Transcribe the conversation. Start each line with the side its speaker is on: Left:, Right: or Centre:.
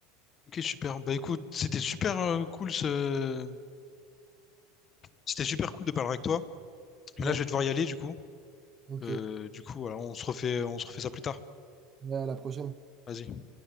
Left: ok, super. Bah écoute, c'était super euh, cool ce... C'était super cool de parler avec toi. Mais
Right: Ouais,
Left: là, je vais devoir y aller du coup.
Right: ok.
Left: Euh, du coup, voilà, on se refait, on se refait ça plus tard.
Right: Ouais, à la prochaine.
Left: Vas-y.